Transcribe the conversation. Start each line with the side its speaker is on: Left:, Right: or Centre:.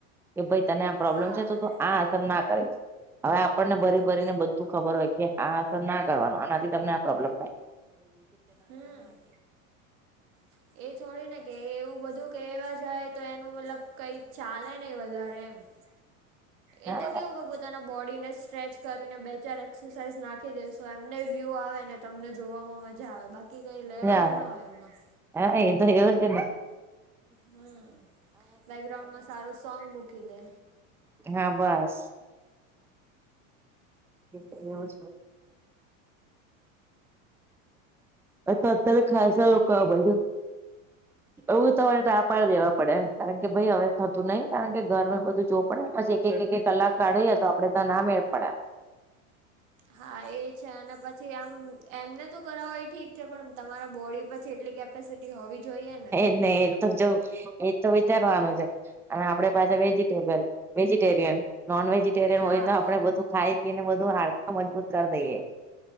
Centre: કે ભાઈ, તને આ પ્રોબ્લેમ
Right: હા
Centre: છે તો આ આસર ના કરીશ હવે. આપણને ભરી
Right: તો
Centre: ભરીને બધું ખબર હોય કે, આ અસર ના કરવાનો. આનાથી તમને આ પ્રોબ્લેમ થયુ.
Right: હમ. <unintelligible> એ છોડીને કે એવું બધું કહેવા જાય તો એનું મતલબ કઈ ચાલે નહીં વધારે એમ.
Centre: મજા
Right: એ તો કેવો કે, પોતાના બોડીને સ્ટ્રેચ કરીને બે-ચાર એક્સરસાઇઝ નાખી દેશે. તો એમને વ્યુ આવે ને તમને જોવામાં મજા આવે, બાકી કંઈ લેવાનું
Centre: આવે
Right: ના હોય એમાં.
Centre: હા, એ તો એવું છે.
Right: હમ, બેકગ્રાઉન્ડમાં સારું સોંગ મૂકી દે.
Centre: હા, બસ. એવું.
Right: એટલે
Centre: અ તો અત્યારે ખાસા લોકો આવે છે. એવું તોરે તો પા દેવા પડે, કારણ કે ભાઈ, હવે થતું નહીં. કારણ કે ઘર મે બધું જો પડે પછી એક-એક, એક-એક કલાક કાઢી તો આપડે તો ના મેળ પડ્યા.
Right: હા, એ છે. અને પછી આમ, એમને તો કરાવોયો ઠીક છે, પણ તમારા બોડી પછી એટલી કેપેસિટી હોવી જોઈએ ને.
Centre: નહી એ તો જો એ તો વિચારવાનું છે અને આપડે પાસા વેજીટેબ વેજી ટેરિયન નોન વટેરિયન
Right: હા
Centre: હોય તો આપણે બધું ખાઈ પીને બધું હાડ મજબૂત કરી દઈએ